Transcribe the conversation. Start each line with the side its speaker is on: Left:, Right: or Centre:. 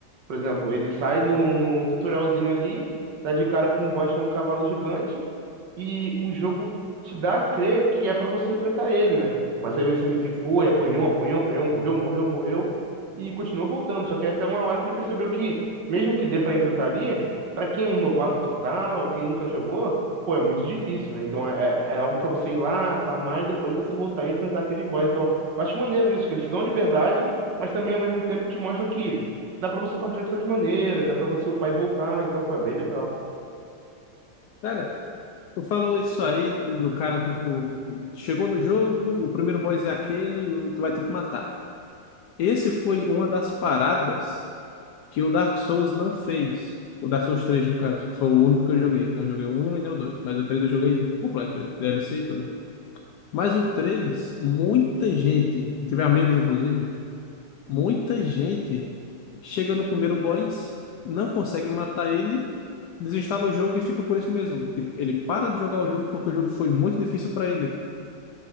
Right: por exemplo, ele sai no, no tutorialzinho ali, dá de cara com um boss que é um cavalo gigante, e o jogo te dá a crer que é pra você enfrentar ele, né? Mas aí o Samizinho foi, apanhou, apanhou, apanhou, morreu, morreu, morreu e continuou voltando. Só que aí até uma hora que ele percebeu que, mesmo que dê pra enfrentar ali, pra quem é um novato total, quem nunca jogou, pô, é muito difícil, né? Então é, é é algo pra você ir lá, farmar e depois você voltar e enfrentar aquele boss. Então eu acho maneiro isso, que eles te dão a liberdade, mas também ao mesmo tempo te mostram que dá pra você passar de outras maneiras, dá pra você upar e voltar. Então, pô, é bem legal.
Left: Cara, Tu falou isso aí do do cara, tipo, chegou no jogo, o primeiro boss é aquele, o- tu vai ter que matar. Esse foi uma das paradas que o Dark Souls não fez. O Dark Souls três no caso, foi o único que eu joguei. Não joguei o 1 e nem o 2, mas o 3 eu joguei completo, ele, DLC e tudo. Mas o 3 muita gente, tive amigos inclusive, Muita gente chega no primeiro boss, não consegue matar ele, desinstala o jogo e fica por isso mesmo. Tipo, Ele para de jogar o jogo porque o jogo foi muito difícil para ele.